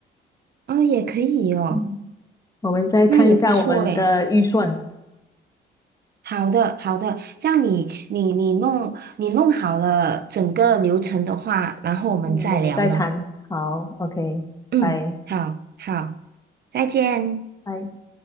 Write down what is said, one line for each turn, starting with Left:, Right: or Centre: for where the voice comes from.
Right: 哦，也可以哦，
Left: 嗯，我们再看一下我们的预算
Right: 那也不错嘞。
Left: o
Right: 好的好的，这样你你你弄你弄好了整个流程的话，然后我们再聊咯。
Left: 嗯，我们再谈，好，OK，
Right: 嗯，
Left: 拜
Right: 好好，再见。
Left: 拜。